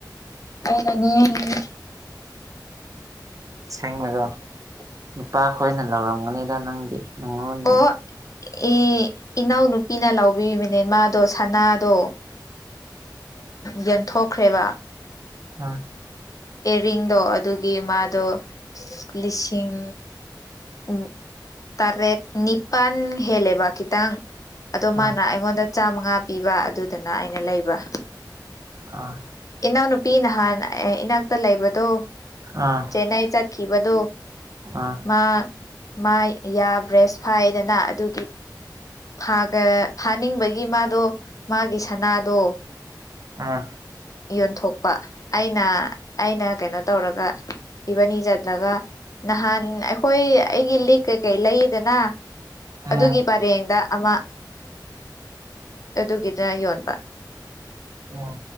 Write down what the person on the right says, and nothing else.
ꯁꯦꯡꯕꯗꯣ ꯅꯨꯄꯥ ꯈꯣꯏꯅ ꯂꯧꯔꯝꯒꯅꯤꯗ ꯅꯪꯗꯤ ꯑꯪꯉꯣꯟ
ꯑꯥ
ꯎꯝ
ꯑꯥ
ꯎꯝ
ꯎꯝ
ꯑꯥ
ꯎꯝ
ꯎꯝ